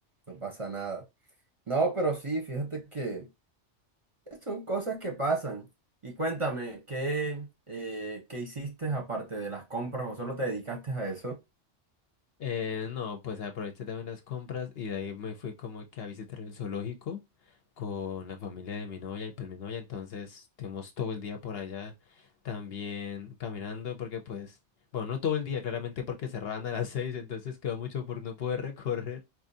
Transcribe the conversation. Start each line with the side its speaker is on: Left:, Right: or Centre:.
Right: no pasa nada. No, pero sí, fíjate que son cosas que pasan. Y cuéntame, ¿qué, eh, qué hiciste aparte de las compras o solo te dedicaste a eso?
Left: Eh, no, pues aproveché también las compras y de ahí me fui como que a visitar el zoológico con la familia de mi novia y pues mi novia, entonces estuvimos todo el día por allá también caminando porque pues, bueno, no todo el día claramente porque cerraban a las <laughs> seis, entonces quedó mucho por no poder recorrer,